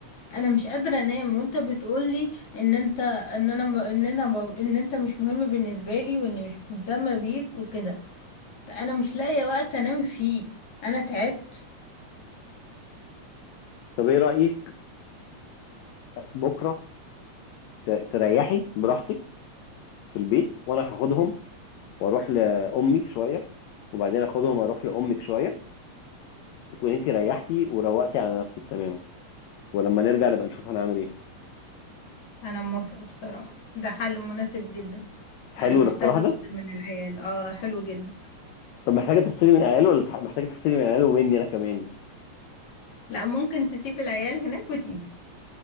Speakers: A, on the left; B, on the left.
A: انا مش قادرة انام وانت بتقولي ان انت ان انا م- ان انا ب- ان انت مش مهم بالنسبة لي واني مش مهتمة بيك وكده انا مش لاقية وقت انام فيه انا تعبت
B: طب ايه رأيك بكره ت- تريحي براحتك في البيت وانا هاخدهم واروح لامي شويه وبعدين اخدهم اروح لامك شويه تكون انت ريحتي وروقتي على نفسك تماما ولما نرجع نبقى نشوف هنعمل ايه
A: انا موافقة بصراحة ده حل مناسب جدا
B: حلو
A: انا محتاجة
B: الاقتراح ده
A: افصل من العيال اه حلو جدا
B: طب محتاجه تفصلي من العيال ولا تح- محتاجه تفصلي من العيال ومني انا كمان
A: لا ممكن تسيب العيال هناك وتيجي